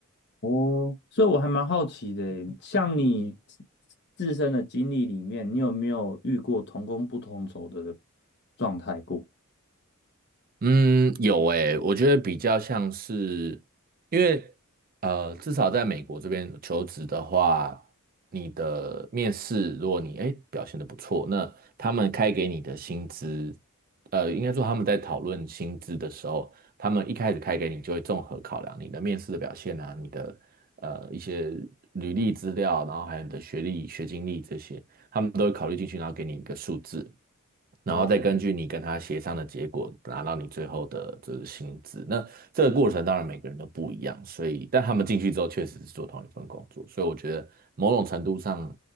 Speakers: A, on the left; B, on the right.
A: 哦，所以我还蛮好奇的耶像你自自身的经历里面，你有没有遇过同工不同酬的状态过？
B: 嗯，有诶，我觉得比较像是，因为呃，至少在美国这边求职的话，你的面试，如果你诶表现的不错，那他们开给你的薪资，呃，应该说他们在讨论薪资的时候，他们一开始开给你就会综合考量你的面试的表现啊，你的呃一些履历资料，然后还有你的学历、学经历这些。他们都会考虑进去，然后给你一个数字，然后再根据你跟他协商的结果，
A: 哦，
B: 拿到你最后的这个薪资。那这个过程当然每个人都不一样，所以但他们进去之后确实是做同一份工作，所以我觉得某种程度上